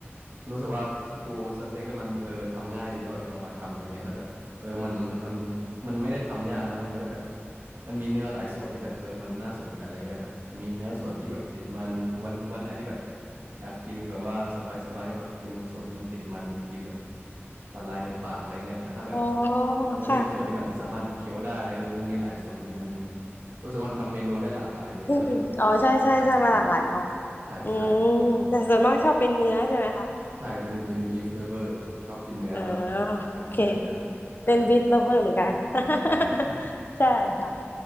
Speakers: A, on the right; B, on the left.
A: รู้สึกว่าดูสเต็กแล้วมันเออทำง่ายดีแล้วแบบลองมาทำอะไรเงี้ยแล้วแบบเออมันมันมันไม่ได้ทำยากนะแล้วมันก็แบบมันมีเนื้อหลายส่วนที่แบบเออมันน่าสนใจอะไรเงี้ยแบบมีเนื้อส่วนที่แบบติดมันวันวันไหนที่แบบอยากกินแบบว่าสบายสบายก็แบบกินส่วนที่มันติดมันกินแบบละลายในปากอะไรเงี้ยแต่ถ้าแบบ
B: อ๋อ
A: มันก็แบบส่วนที่มันสามารถเคี้ยวได้อะไรเงี้ยเออมันมีหลายส่วนดีมัน
B: ค่ะ
A: รู้สึกว่ามันทำเมนูได้หลากหลายดีแล้วก็เลยแบบเออเลือกเป็นสเต็ก
B: อืมอืมอ๋อใช่ใช่ใช่มาหลากหลายเนาะ
A: ใช่ใช่อืม
B: อืมแต่ส่วนมากชอบเป็นเนื้อใช่ไหมคะ
A: ใช่เป็นเป็นบีฟเลเวอร์ชอบกินเนื้อมาก
B: อ๋อ
A: เนื้อได้ทุกอย่างใช่
B: โอเค เป็นบิ๊ก lover เหมือนกัน
A: อืม
B: <laughs> ใช่ค่ะ